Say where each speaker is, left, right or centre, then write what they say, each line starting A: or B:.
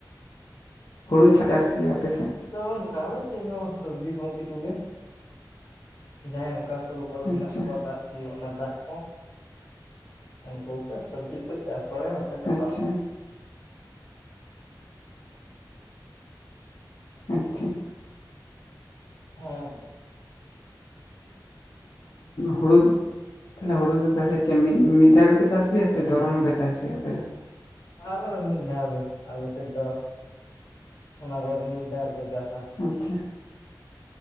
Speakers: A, on the left; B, on the left.
A: ᱦᱩᱲᱩ ᱠᱚ ᱪᱟᱥ ᱜᱮᱭᱟ ᱟᱯᱮᱥᱮᱱ?
B: ᱛᱚ ᱚᱱᱠᱟ ᱪᱮᱫ ᱦᱚᱸ ᱵᱟᱝ ᱥᱚᱵᱡᱤ ᱠᱚ ᱯᱟᱛᱤ ᱠᱚᱜᱮ, ᱡᱟᱦᱟᱸᱭ ᱚᱱᱠᱟ ᱥᱚᱵ ᱠᱚ ᱨᱮ ᱢᱮᱱᱟᱜ
A: ᱟᱪᱪᱷᱟ
B: ᱛᱟᱠᱚᱣᱟ, ᱫᱟᱜᱽ ᱤᱭᱟᱹ ᱚᱱᱟ ᱫᱟᱜ ᱠᱚ ᱩᱱᱠᱩ ᱠᱚ ᱥᱚᱵᱽᱡᱤ ᱠᱚ ᱪᱟᱥ ᱵᱟᱲᱟᱭᱟ᱾ ᱵᱟᱠᱷᱟᱡ ᱫᱚ
A: ᱟᱪᱪᱷᱟ᱾
B: ᱵᱟᱝ
A: ᱟᱪᱪᱷᱟ᱾
B: ᱦᱮᱸ᱾
A: ᱦᱩᱲᱩ ᱛᱟᱦᱚᱞᱮ ᱦᱩᱲᱩ ᱫᱚ ᱛᱟᱦᱚᱞᱮ ᱢᱤᱫ ᱢᱤᱫ ᱫᱷᱟᱣ ᱜᱮᱯᱮ ᱪᱟᱥ ᱜᱮᱭᱟ ᱥᱮ ᱫᱷᱚᱨᱚᱱ ᱦᱚᱸᱯᱮ ᱪᱟᱥ ᱜᱮᱭᱟ ᱟᱯᱮ ᱫᱚ?
B: ᱟᱞᱮ ᱫᱚ ᱢᱤᱫᱽ ᱫᱷᱟᱣ ᱜᱮ, ᱟᱞᱮᱥᱮᱫ ᱫᱚ ᱚᱱᱟ ᱠᱚ ᱫᱚ ᱢᱤᱫ ᱫᱷᱟᱣ ᱜᱮᱠᱚ ᱪᱟᱥᱟ᱾
A: ᱟᱪᱪᱷᱟ᱾